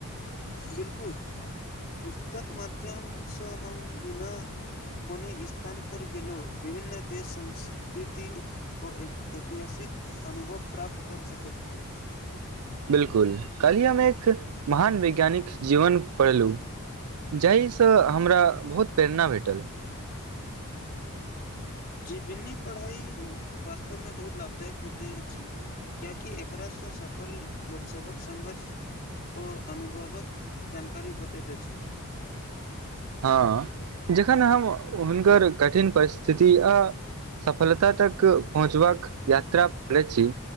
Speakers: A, on the left; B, on the right.
A: बिलकुल पुस्तक माध्यम सँ हम बिना कोनो स्थान पर गेलो विभिन्न देश संस्कृति ओ ऐतिहासिक अनुभव प्राप्त कर सकैत छी
B: बिल्कुल कल्हि हम एक महान वैज्ञानिक जीवन पढ़लहुँ जाहिसँ हमरा बहुत प्रेरणा भेटल
A: जी बिन्नी पढ़ाइ वास्तवमे बहुत लाभदायक होते अच्छी क्या कि एकरा स सफल लोकसभक संघर्ष ओ अनुभवक जानकारी भेटैत अछि
B: हँ जखन हम हुनकर कठिन परिस्थिति आ सफलता तक पहुँचबाक यात्रा करै छी